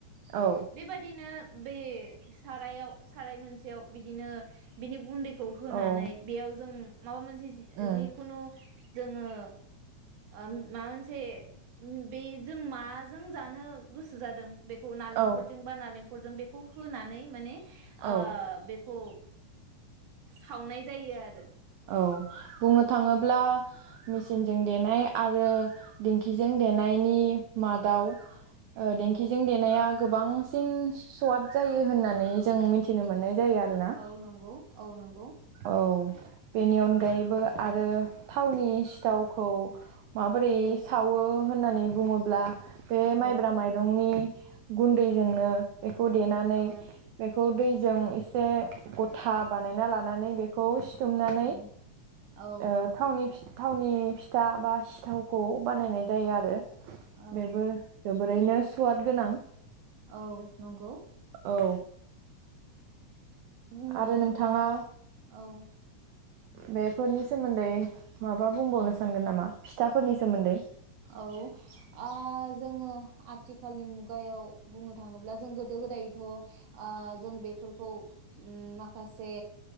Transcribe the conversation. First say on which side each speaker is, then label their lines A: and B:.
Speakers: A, on the right; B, on the right.
A: औ
B: बेबादिनो बे सारायाव साराय मोन <unintelligible> बिदिनो बिनि गुन्दैखौ होनानै
A: औ
B: बेयाव जों माबा मोनसे जि
A: उम
B: जिखुनु जोङो ओम <unintelligible> से बे जों मास जों जानो गोसो जादों बेखौ नालेंखरजों
A: औ
B: बा नालेंखरजों बे <unintelligible> होनानै माने आ
A: औ
B: खौ सावनाय जायो आरो
A: औ बुंनो थाङोब्ला मिचिनजों देनाय आरो दिंखिजों देनायनि मादाव ओ देंखिजों
B: औ
A: देनाया गोबांसिन सवाद जायो होननानै जों मिथिनो मोननाय जायो आरोना
B: औ नंगौ औ नंगौ
A: औ बेनि अनगायैबो आरो थावनि सिथावखौ माबोरै
B: औ
A: सावो होननानै बुङोब्ला बे
B: औ
A: माइब्रा माइरंनि गुन्दैजोंनो बेखौ देनानै
B: औ
A: बे बेखौ दैजों एसे गथा बानायना लानानै बेखौ सिथुमनानै
B: ओम औ
A: ओ थावनि थावनि फिथा बा सिथावखौ बानायनाय जायो आरो
B: औ
A: बेबो जोबोरैनो सुवाद गोनां
B: औ नंगौ
A: औ
B: बुंनो
A: आरो
B: थाङोब्ला
A: नोंथाङा
B: औ
A: बेफोरनि सोमोन्दै माबा बुंबावनो सानगोन नामा फिथाफोरनि सोमोन्दै
B: औ जोङो आथिखालनि <unintelligible> <unintelligible> बुंनो थाङोब्ला जों <unintelligible> गोदो गोदायथ' ओ जों बेफोरखौओम माखासे